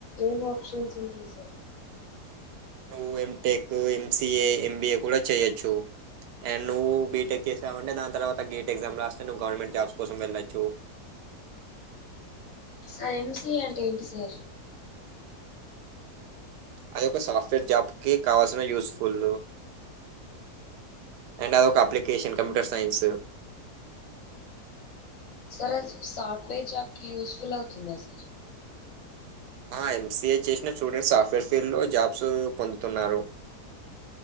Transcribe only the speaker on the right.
నువ్వ ఎంటేక్ ఎంసిఏ ఎంబీఏ కూడా చేయొచ్చు ఆండ్ నువ్వు బిటెక్ చేసావంటే దాని తర్వాత గేట్ ఎగ్జామ్ రాస్తే నువ్వు గవర్నమెంట్ జాబ్స్ కోసం వెళ్లొచ్చు
అది ఒక సాఫ్ట్వేర్ జాబ్ కి కావాల్సిన యూస్ ఫుల్ అండ్ అది ఒక అప్లికేషన్ కంప్యూటర్ సైన్స్
ఆ ఎంసిఏ చేసిన స్టూడెంట్స్ సాఫ్ట్ వేర్ ఫీల్డ్ లో జాబ్స్ పొందుతున్నారు